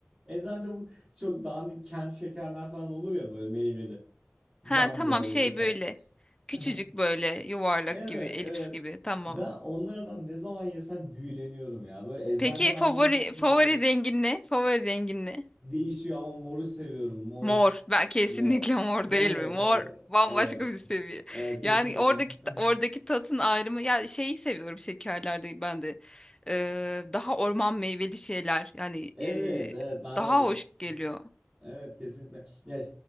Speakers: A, in the centre; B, on the left.
A: Eczanede bu çok dandik kent şekerler falan olur ya böyle meyveli.
B: Ha
A: Cam
B: tamam
A: böyle
B: şey
A: şeker.
B: böyle. Küçücük
A: <laughs>
B: böyle yuvarlak
A: Evet,
B: gibi, elips
A: evet.
B: gibi. Tamam.
A: Ben onlardan ne zaman yesem büyüleniyorum ya. Böyle eczaneden
B: Peki
A: aldığın
B: favori
A: için sınırlı
B: favori
A: olur.
B: rengin ne? Favori rengin ne?
A: Değişiyor ama moru seviyorum. Moru,
B: Mor.
A: s-
B: Ben kesinlikle
A: mor.
B: mor
A: Değil
B: değil
A: mi?
B: mi? Mor
A: Değil mi?
B: bambaşka
A: Evet.
B: bir seviye.
A: Evet, kesinlikle.
B: Yani oradaki
A: <laughs>
B: oradaki tatın ayrımı yani şeyi seviyorum şekerlerde ben de. Ee, daha orman meyveli şeyler. Yani
A: Evet,
B: e,
A: evet. Ben
B: daha
A: de
B: hoş geliyor.
A: Evet, kesinlikle. Ya, ş-